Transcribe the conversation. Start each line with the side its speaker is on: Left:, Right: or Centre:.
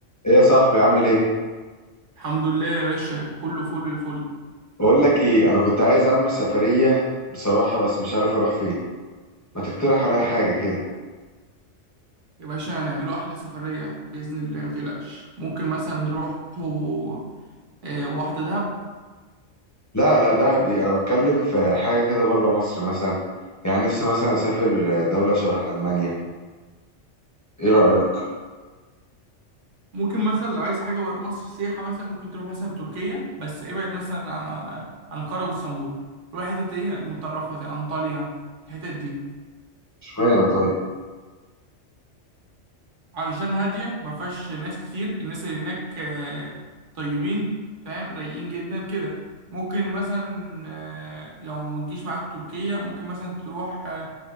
Left: ايه يا صاحبي عامل ايه
Right: الحمد لله يا باشا كله فل الفل
Left: بقول لك ايه انا كنت عايز اعمل سفريه بصراحه بس مش عارف اروح فين ما تقترح عليا حاجه كده
Right: يا باشا هنعمله أحلى سفرية بإذن الله متقلقش ممكن مثلا نروحوا آه، واحدة دهب
Left: لا لا دهب ايه انا بتكلم في حاجه كده بره مصر مثلا يعني نفسي مثلا اسافر دوله شبه المانيا ايه رايك
Right: ممكن مثلا لو عايز حاجة برا مصر سياحة مثلا ممكن تروح مثلا تركيا بس ابعد مثلا عن آه، عن أنقرة واسطنبول روح حتت ايه المتطرفة زي أنطاليا الحتت دي
Left: اشمعنى طيب
Right: علشان هادية ما فيهاش ناس كتير الناس اللي هناك آه، طيبين فاهم رايقين جدا كده ممكن مثلا آه، لو ما تجيش معاك تركيا ممكن مثلا تروح آه،